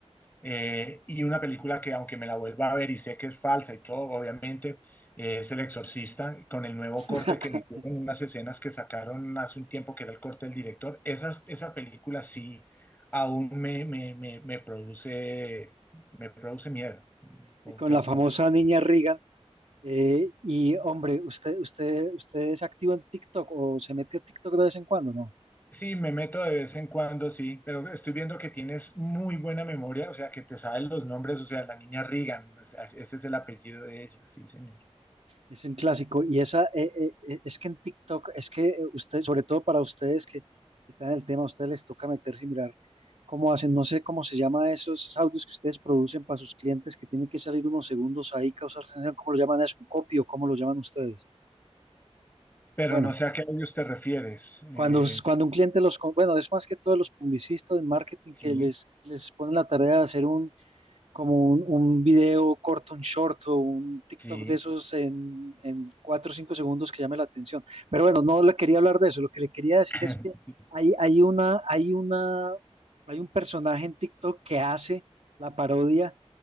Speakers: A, on the left; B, on the right.
A: Eh, y una película que aunque me la vuelva a ver y sé que es falsa y todo, obviamente, eh, es El Exorcista, con el nuevo
B: <laughs>
A: corte que le hicieron unas escenas que sacaron hace un tiempo, que era el corte del director. Esa, esa película sí aún me, me, me, me produce, me produce miedo, tengo
B: Y con la famosa
A: que confesar.
B: niña Reagan, eh, y hombre, ¿usted, usted, usted es activo en TikTok o se mete a TikTok de vez en cuando, no?
A: Sí, me meto de vez en cuando, sí, pero estoy viendo que tienes muy buena memoria, o sea, que te saben los nombres, o sea, la niña Reagan, o sea, ese es el apellido de ella, sí, señor.
B: Es un clásico. Y esa, eh, eh, eh, es que en TikTok, es que eh, ustedes, sobre todo para ustedes que están en el tema, a ustedes les toca meterse y mirar cómo hacen, no sé cómo se llama esos audios que ustedes producen para sus clientes que tienen que salir unos segundos ahí, causar sensación, ¿cómo lo llaman eso? ¿Un copy o cómo lo llaman ustedes?
A: Pero
B: Bueno,
A: no sé a qué audios te refieres.
B: cuando,
A: eh,
B: cuando un cliente los, con- bueno, es más que todos los publicistas de marketing
A: sí,
B: que les, les ponen la tarea de hacer un como un, un video corto, un short o un TikTok
A: sí,
B: de esos en, en 4 o 5 segundos que llame la atención. Pero bueno, no le quería hablar de eso, lo que le quería decir
A: <laughs>
B: es que hay, hay una, hay una, hay un personaje en TikTok que hace la parodia